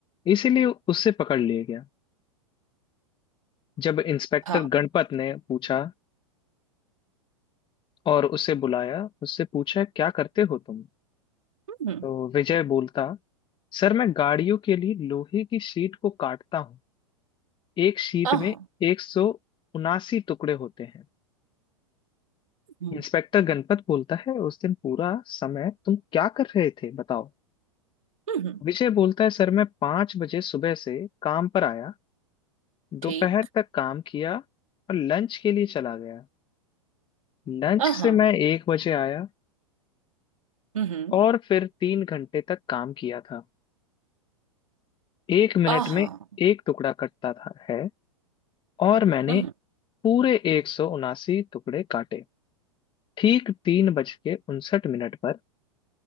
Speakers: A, on the left; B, on the right.
A: था इसीलिए उससे पकड़ लिया गया जब इंस्पेक्टर
B: हाँ
A: गणपत ने पूछा और उसे बुलाया उससे पूछा क्या करते हो तुम
B: हम्म
A: तो विजय बोलता सर मैं गाड़ियों के लिए लोहे की शीट को काटता हूँ एक शीट
B: आहा
A: में एक सौ उनासी टुकड़े होते हैं
B: हम्म
A: इंस्पेक्टर गणपत बोलता है उस दिन पूरा समय तुम क्या कर रहे थे बताओ
B: हम्म
A: विजय बोलता है सर मैं पांच बजे सुबह से काम पर आया दोपहर
B: ठीक
A: तक काम किया और लंच के लिए चला गया लंच
B: आहा
A: से मैं एक बजे आया
B: हम्म
A: और फिर तीन घंटे तक काम किया था एक मिनट
B: आहा
A: में एक टुकड़ा कटता था है और मैंने
B: हम्म
A: पूरे एक सौ उनासी टुकड़े काटे ठीक तीन बज के उनसठ मिनट पर